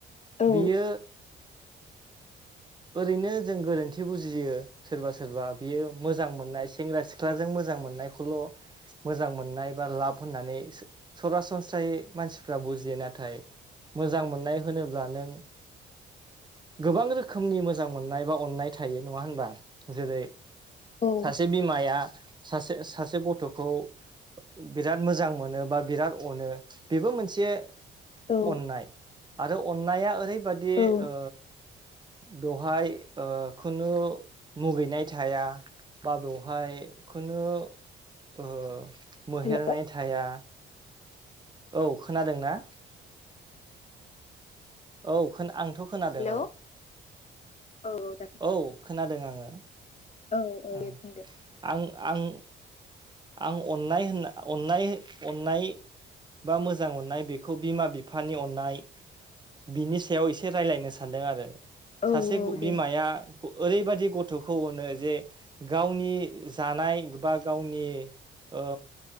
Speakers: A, on the left; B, on the right.
A: औ
B: बियो ओरैनो जों गोरोन्थि बुजियो सोरबा सोरबा बियो मोजां मोननाय सेंग्रा सिख्लाजों मोजां मोननायखौल मोजां मोननाय बा लाब होननानै सो सरासनस्रायै मानसिफ्रा बुजियो नाथाय मोजां मोननाय होनोब्ला नों गोबां रोख खोमनि मोजां मोननाय बा अननाय थायो नङा होनबा जेरै
A: औ
B: सासे बिमाया सासे सासे गथखौ बिराद मोजां मोनो बा बिराद अनो बेबो मोनसे
A: औ
B: अननाय आरो अननाया ओरैबादि
A: औ
B: ओ बेवहाय ओ खुनु मुगैनाय थाया बा बेवहाय खुनु ओ मोहेरनाय
A: हेल'
B: थाया औ खोनादोंना औ आंथ खोनादों
A: हेलौ
B: औ
A: औ औ दा खोनाबाय
B: औ खोनादों आङो
A: औ औ
B: ओं
A: दे बुंदे
B: आं आं आं अननाय होनना अननाय अननाय बा मोजां मोननाय बेखौ बिमा बिफानि अननाय बिनि सायाव एसे रायजलायनो सान सानदों आरो
A: औ
B: सासे
A: औ दे
B: बिमाया ओरैबायदि गथखौ अनो जे गावनि जानाय बा गावनि ओ